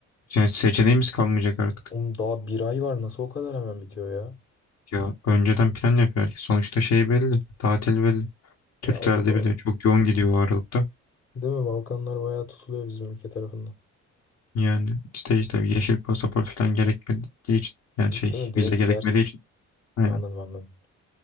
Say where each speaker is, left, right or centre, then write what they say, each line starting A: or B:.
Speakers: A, on the left; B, on the left.
A: Yani seçeneğimiz kalmayacak artık.
B: Oğlum daha bir ay var nasıl o kadar hemen bitiyor ya?
A: Ya önceden plan yapıyor herkes. Sonuçta şey belli. Tatil belli. Türklerde
B: Ya o da doğru.
A: bile çok yoğun gidiyor o aralıkta.
B: Değil mi? Balkanlar bayağı tutuluyor bizim ülke tarafından.
A: Yani işte işte yeşil pasaport falan gerekmediği için yani
B: Değil
A: şey
B: mi? Direkt
A: vize gerekmediği
B: gidersin.
A: için Aynen.
B: Anladım anladım.